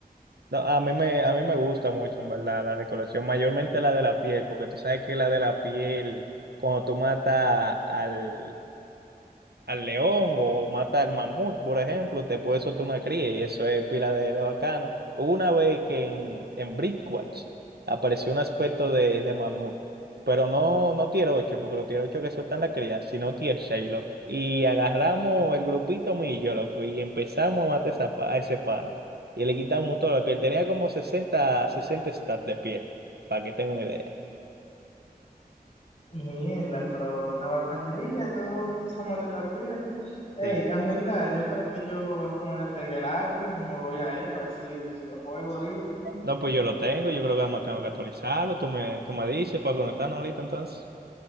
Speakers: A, on the right; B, on the left.
A: No, a mí me, a mí me gusta mucho, en verdad, la recolección, mayormente la de la piel, porque tú sabes que la de la piel, cuando tú matas al, al león o mata al mamut, por ejemplo, te puede soltar una cría y eso es pila de, de bacano. Hubo una vez que en, en Bridgewatch apareció un aspecto de, de mamut, pero no, no tier 8 porque los tier 8 que sueltan la cría, sino tier 6 loco. Y agarramos el grupito millo, loco, y empezamos a matar esa pa- a ese pana. Y le quitamos toda la piel. Tenía como 60 60 stats de piel, para que tenga una idea.
B: Mierda, pero una bacanería, todo, toda esa maleta pieles. Ey,
A: Sí.
B: en verdad, yo creo que yo voy a poner a descargar el Albion y me voy ahí a ver si, si lo juego ahorita.
A: No, pues yo lo tengo, yo creo que además tengo que actualizarlo. Tú me, tú me dices para conectarnos ahorita entonces.